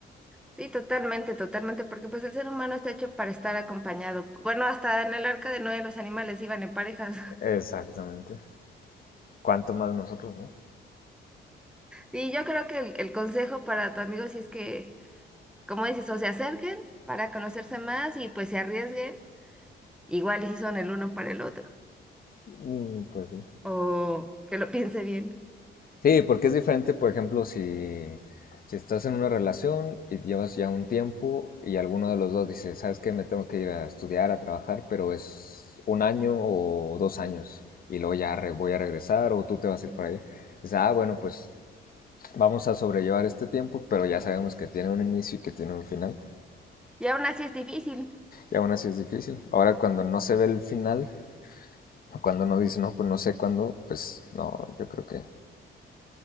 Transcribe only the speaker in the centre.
Sí, totalmente, totalmente, porque pues el ser humano está hecho para estar acompañado. Bueno, hasta en el arca de Noé los animales iban en parejas. <laughs>
Y yo creo que el, el consejo para tu amigo si es que, como dices, o se acerquen para conocerse más y pues se arriesguen, igual y si son el uno para el otro,
o que lo <laughs> piense bien.
Ujú.
Y aún así es difícil,